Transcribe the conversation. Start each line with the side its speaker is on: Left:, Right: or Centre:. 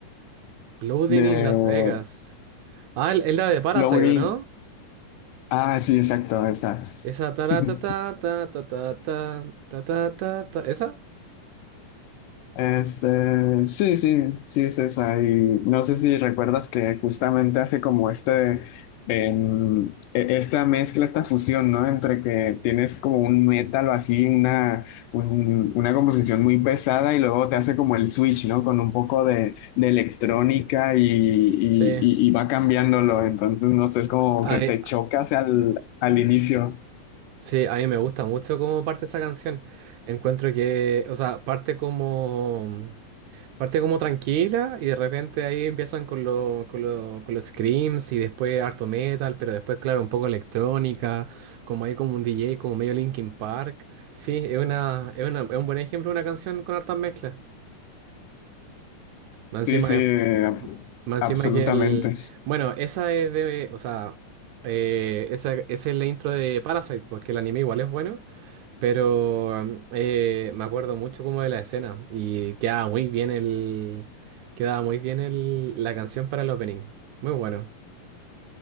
Right: Loading
Left: de
Right: in Las Vegas. Ah, el- es la de Parasite,
Left: Lowry,
Right: ¿o ¿no?
Left: ah, sí, exacto, esa.
Right: Esa ta
Left: <laughs>
Right: ta ta ta ta ta ta ta ta ta ta- ¿Esa?
Left: Este, sí, sí, sí, César. Y no sé si recuerdas que justamente hace como este, em, e- esta mezcla, esta fusión, ¿no? Entre que tienes como un metal o así, una, un- una composición muy pesada y luego te hace como el switch, ¿no? Con un poco de, de electrónica y, y,
Right: Sí.
Left: y- y va cambiándolo. Entonces, no sé, es como
Right: A,
Left: que
Right: mí,
Left: te chocas al, al inicio.
Right: Sí, a mí me gusta mucho cómo parte esa canción. Encuentro que, o sea, parte como, parte como tranquila y de repente ahí empiezan con, lo- con, lo- con los screams y después harto metal, pero después, claro, un poco electrónica, como hay como un DJ, como medio Linkin Park. Sí, es una, es una, es un buen ejemplo de una canción con hartas mezclas. Más encima
Left: Sí, sí,
Right: es
Left: ab-
Right: más
Left: absolutamente.
Right: encima que el. Bueno, esa es de. O sea, eh, esa, esa es la intro de Parasite, porque el anime igual es bueno. Pero mm, eh, me acuerdo mucho como de la escena y quedaba muy bien el, quedaba muy bien el, la canción para el opening. Muy bueno.